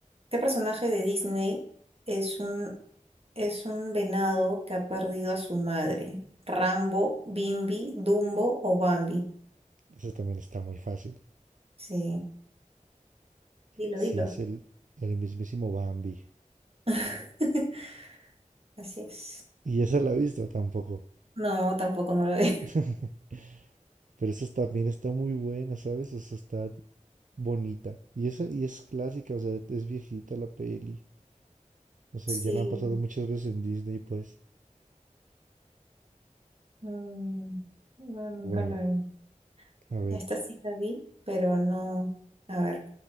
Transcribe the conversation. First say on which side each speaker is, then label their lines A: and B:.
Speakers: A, on the right; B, on the right.
A: qué personaje de Disney es un, es un venado que ha perdido a su madre? ¿Rambo, Bimbi, Dumbo o Bambi?
B: eso también está muy fácil.
A: Sí, dilo,
B: Sí,
A: dilo.
B: es el, el mismísimo Bambi.
A: <laughs> Así es.
B: Y esa la he visto tampoco.
A: No, tampoco no lo es. <laughs>
B: <laughs> Pero esa también está muy buena, ¿sabes? O sea, está bonita. Y esa y es clásica, o sea, es viejita la peli. O sea,
A: Sí,
B: ya la han pasado muchas veces en Disney, pues.
A: Mm, no, nunca
B: Bueno,
A: la vi.
B: a ver.
A: Esta sí la vi, pero no. A ver,